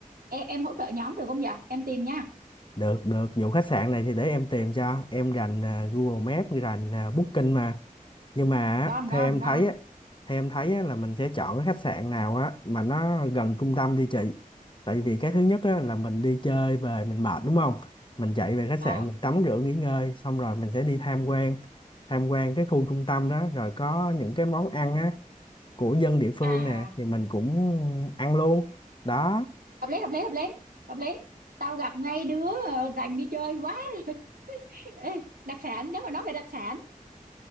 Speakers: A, on the right; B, on the left.
A: em, em hỗ trợ nhóm được không nhở? Em tìm nha.
B: Được, được. Vụ khách sạn này thì để em tìm cho. Em rành à, Google Maps, rành à, Booking mà. Nhưng mà á,
A: Ngon,
B: theo
A: ngon,
B: em
A: ngon.
B: thấy á, theo em thấy á, là mình sẽ chọn cái khách sạn nào á mà nó gần trung tâm đi chị. Tại vì cái thứ nhất á, là mình đi chơi về mình mệt đúng không? Mình chạy về khách sạn
A: À,
B: mình tắm rửa nghỉ ngơi xong rồi mình sẽ đi tham quan tham quan cái khu trung tâm đó rồi có những cái món ăn á của dân địa phương
A: à,
B: nè thì mình cũng ăn luôn. Đó.
A: hợp lý, hợp lý, hợp lý, hợp lý. Tao gặp ngay đứa ờ, rành đi chơi quá rồi. <laughs> Ê, đặc sản, nếu mà nói về đặc sản,